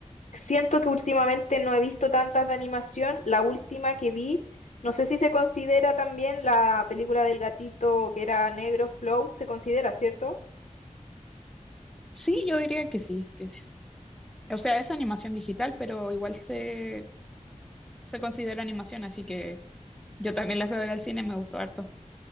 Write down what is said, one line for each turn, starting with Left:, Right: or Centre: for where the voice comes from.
Left: Siento que últimamente no he visto tantas de animación. La última que vi, no sé si se considera también la película del gatito que era negro, Flow, se considera, ¿cierto?
Centre: Sí, yo diría que sí, que sí. O sea, es animación digital, pero igual se, se considera animación, así que yo también la fui a ver al cine, me gustó harto.